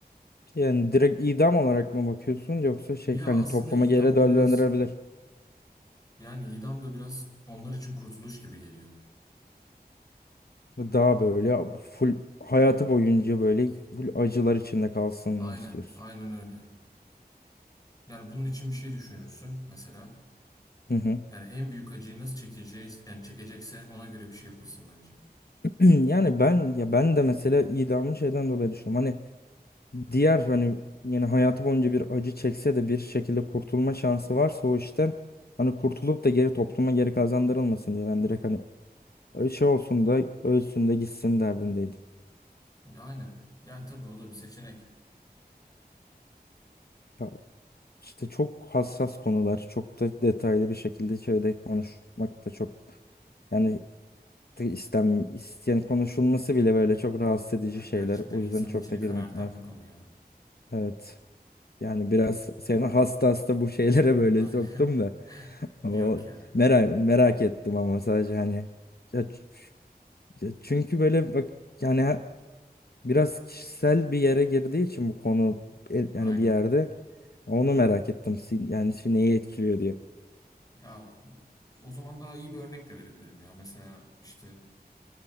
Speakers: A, on the left; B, on the left.
A: Yani direkt idam olarak mı bakıyorsun yoksa şey
B: Ya
A: hani
B: aslında
A: topluma
B: idam
A: geri döndürebilir.
B: da biraz yani idam da biraz onlar için kurtuluş gibi geliyor.
A: Daha böyle full hayatı boyunca böyle full acılar içinde kalsın mı
B: Aynen,
A: istiyorsun?
B: aynen öyle. Yani bunun için bir şey düşünülsün mesela.
A: Hı hı.
B: Yani en büyük acıyı nasıl çekeceğiz, yani çekecekse ona göre bir şey yapılsın bence.
A: <clears throat> Yani ben ya ben de mesela idamı şeyden dolayı düşündüm. Hani diğer hani yani hayatı boyunca bir acı çekse de bir şekilde kurtulma şansı varsa o işten hani kurtulup da geri topluma geri kazandırılmasın diye ben direkt hani şey olsun da ölsün de gitsin derdindeydim.
B: Aynen. Yani tabii o da bir seçenek.
A: Ya işte çok hassas konular, çok da detaylı bir şekilde şeyde konuşmak da çok yani de istem isteyen konuşulması bile böyle çok rahatsız edici
B: Yani
A: şeyler.
B: gerçekten
A: O
B: insanın
A: yüzden çok
B: içini
A: da girmek.
B: karartan
A: Evet.
B: bir konu ya.
A: evet. Yani biraz seni hasta hasta bu şeylere böyle
B: Aynen.
A: soktum da.
B: <laughs>
A: O
B: Yok ya.
A: merak merak ettim ama sadece hani ya ç- ya çünkü böyle bak yani ha- biraz kişisel bir yere girdiği için bu konu el- yani
B: Aynen.
A: bir yerde onu merak ettim Si- yani şimdi neyi etkiliyor diye.
B: Ya o zaman daha iyi bir örnek de verebilirim ya. Mesela işte